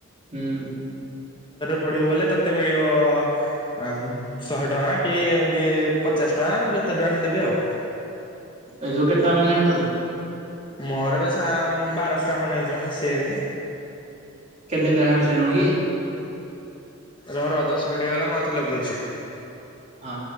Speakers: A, on the right; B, on the left.
A: ହୁଁ।
B: ପଢିବ ବଲେ ତତେ ମିଳିବ ଅ ଶହେ ଟଙ୍କା କି ଏମତି ପଚାଶ ଟଙ୍କା ଯେତେ ଟଙ୍କା ସେ ଦେବେ ଆଉ।
A: ଏ ଜଉ କେତେଟା ମିିଲଣି ତତେ?
B: ମୋହର ବେଶ ବାରଶହ ଟା ଖଣ୍ଡେ ହେଇଯ ବ ସେନି।
A: କେତେ ଦିନ ହେଲା ମିଶିଲୁନି କି?
B: ର ର ଦଶ ମିନିଟ ହେଇଗଲା ମୁଁ ଆଉ ଥରେ ଲଗଉଛି।
A: ହଁ।